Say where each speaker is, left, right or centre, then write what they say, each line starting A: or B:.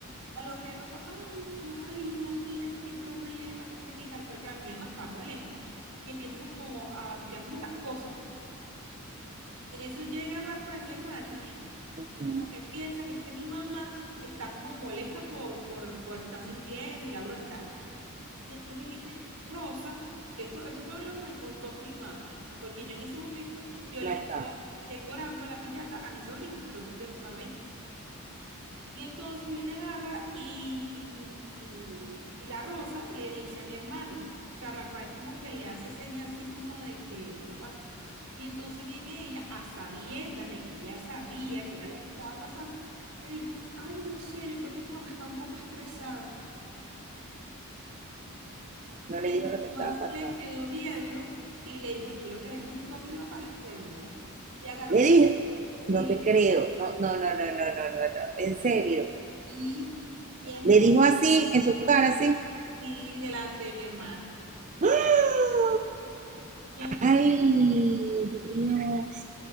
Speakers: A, on the right; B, on the right.
A: A lo que Rosa, ay, qué ay, imagínate qué problema, que no sé qué y tal. Pero claro, mi mamá está molesta y empieza como a batuquear como las cosas. En eso llega Rafael, mi hermano,
B: Bueno,
A: y como que piensa que es que mi mamá está como molesta por, por, por estar sirviendo y la broma y tal. Y entonces viene Rosa, esto, esto fue lo que me contó mi mamá, porque yo en ese momento, yo
B: No
A: le
B: estaba.
A: estaba decorando la piñata a mi sobrino, entonces yo no estaba ahí. Y entonces viene, agarra y la rosa le dice a mi hermano, o sea, Rafael como que le hace señas así como de que, ¿qué pasa? Y entonces viene ella a sabiendas de que ya sabía que era lo que estaba pasando, le dijo, ay, no sé, yo creo que tu mamá está un poco estresada.
B: No
A: Y
B: le dijo
A: mi
B: lo que
A: mamá
B: estaba
A: se
B: pasando.
A: le quedó viendo y le dijo, tú lo que eres un hipócrita pastre de mierda. Y agarró
B: Le
A: y se
B: dije,
A: fue,
B: no te creo. No, no,
A: y,
B: no, no, no, no, no, no. En serio.
A: y, y entonces,
B: Le dijo así, en su cara, así.
A: y delante de mi hermano.
B: ¡Ah!
A: Y en
B: Ay, Dios.